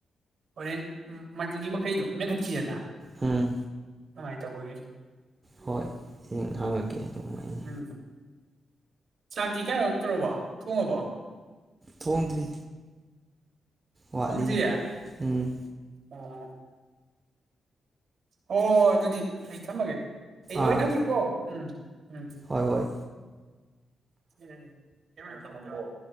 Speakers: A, on the right (about 65°); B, on the right (about 30°).
A: ꯍꯣꯔꯦꯟ ꯎꯝ ꯃꯖꯤꯅꯤ ꯃꯈꯩꯩꯅꯣ ꯃꯦꯟꯈꯠ ꯈꯤꯗꯅ
B: ꯎꯝ
A: ꯑꯗꯨ ꯃꯥꯏ ꯇꯕꯧꯒꯤ
B: ꯍꯣꯏ ꯍꯪ ꯍꯪꯉꯛꯀꯦ ꯑꯗꯨꯝ ꯑꯩ
A: ꯎꯝ ꯆꯥꯛꯇꯤ ꯀꯩꯅꯣ ꯇꯧꯔꯕꯣ ꯊꯣꯡꯉꯕꯣ
B: ꯊꯣꯡꯗ꯭ꯔꯤ꯫ ꯋꯥꯠꯂꯤꯗ
A: ꯊꯣꯡꯗ꯭ꯔꯤꯌꯦ
B: ꯎꯝ꯫
A: ꯑꯣ꯫ ꯍꯣ ꯍꯣ ꯍꯣꯏ ꯑꯗꯨꯗꯤ ꯑꯩ ꯊꯝꯃꯒꯦ꯫ ꯑꯩ <unintelligible>
B: ꯑꯥ
A: ꯊꯝꯒꯦꯀꯣ ꯎꯝ ꯎꯝ꯫
B: ꯍꯣꯏ ꯍꯣꯏ
A: <unintelligible> ꯎꯝ ꯊꯝꯍꯟꯒꯣ꯫